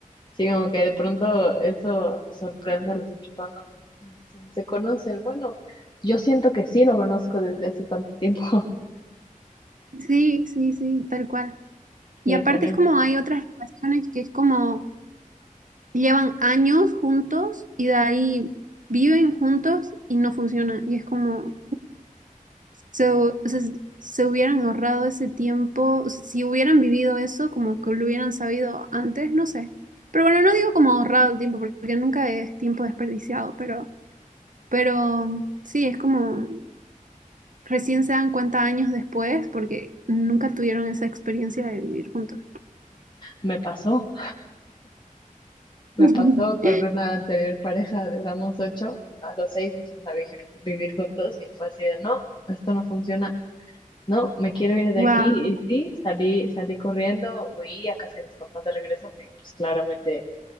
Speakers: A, on the left; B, on the right.
A: Sí, como que de pronto eso sorprende a las personas, así como si ni se conocen. Bueno, yo siento que sí lo conozco desde hace tanto tiempo. <laughs>
B: sí, sí, sí, tal cual. Y
A: Sí,
B: aparte
A: también
B: es como hay otras relaciones que es como llevan años juntos y de ahí viven juntos y no funciona. Y es como, So, o sea, se hubieran ahorrado ese tiempo, o sea, si hubieran vivido eso, como que lo hubieran sabido antes, no sé. Pero bueno, no digo como ahorrado el tiempo, porque nunca es tiempo desperdiciado, pero, pero mm, sí, es como recién se dan cuenta años después, porque nunca tuvieron esa experiencia de vivir juntos.
A: me pasó, me
B: <laughs>
A: pasó con una anterior pareja, duramos ocho, a los seis nos fuimos a vivir, vivir juntos y fue así de, no, esto no funciona No, me quiero ir de
B: Wow,
A: aquí. Y sí, salí, salí corriendo, huí a casa de mis papás de regreso, porque pues claramente